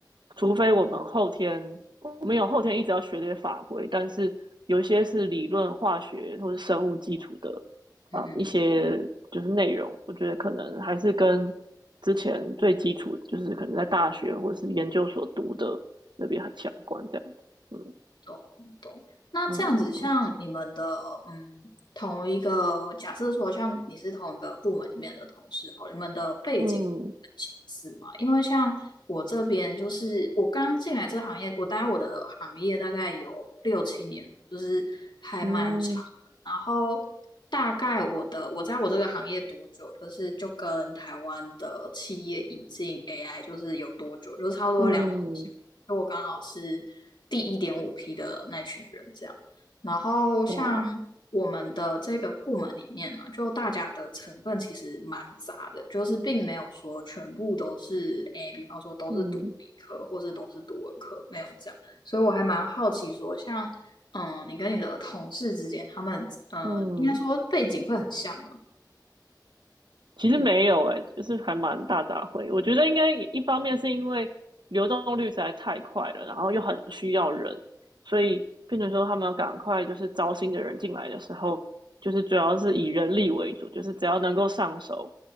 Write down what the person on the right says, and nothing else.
除非我们后天，我们有后天一直要学这些法规，但是有一些是理论化学或是生物基础的，
呃，嗯一些就是内容，我觉得可能还是跟之前最基础，就是可能在大学或是研究所读的那边很相关，这样子。嗯
嗯
嗯
嗯
嗯，
哇，
嗯
嗯。
其实没有诶、欸就是还蛮大杂烩。我觉得应该一方面是因为流动率实在太快了，然后又很需要人，所以变成说他们要赶快就是招新的人进来的时候，就是主要是以人力为主，就是只要能够上手，